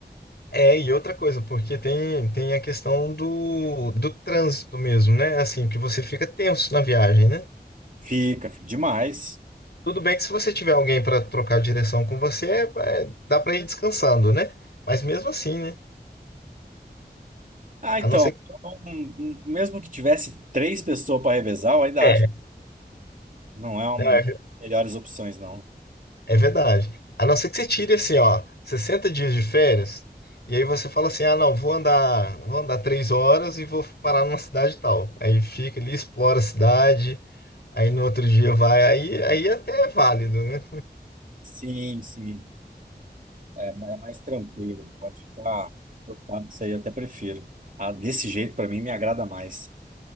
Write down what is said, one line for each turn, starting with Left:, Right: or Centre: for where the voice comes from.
Left: É, e outra coisa, porque tem, tem a questão do, do trânsito mesmo, né? Assim, que você fica tenso na viagem, né?
Right: Fica, fica demais.
Left: Tudo bem que se você tiver alguém para trocar direção com você, é- é- dá para ir descansando, né? Mas mesmo assim, né?
Right: Ah, então,
Left: A não ser que.
Right: não- não- mesmo que tivesse três pessoas para revezar, eu ainda
Left: É,
Right: acho. Não é uma
Left: né?
Right: das melhores opções, não.
Left: É verdade. A não ser que você tire assim, ó, 60 dias de férias, e aí você fala assim, ah, não, vou andar, vou andar três horas e vou parar numa cidade tal. Aí fica ali, explora a cidade, aí no outro dia vai, aí, aí até é válido, né?
Right: Sim, sim. É, ma- é mais tranquilo. Pode ficar preocupado. Isso aí eu até prefiro. Ah, desse jeito, pra mim, me agrada mais.